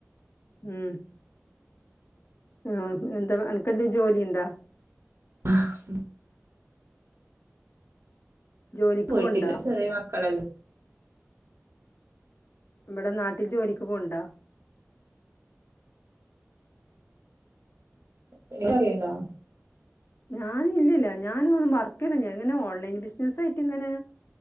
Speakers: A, on the left (about 50°); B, on the right (about 55°).
A: ഉം. ഉം എന്താ അനക്കെന്തെ ജോലിണ്ടാ?
B: <inaudible>
A: ജോലിക്ക്
B: പോയിട്ടില്ല
A: പോവ്ണ്ടാ
B: ചെറിയ മക്കളല്ലെ
A: ഇവിടെ നാട്ടിൽ ജോലിക്ക് പോണ്ട
B: <unintelligible>
A: ഞാന ഇല്ലില്ല ഞാനും ഒ വർക്കടങ്ങനെ ഓൺലൈൻ ബിസിന ആയിട്ട് ഇങ്ങനെ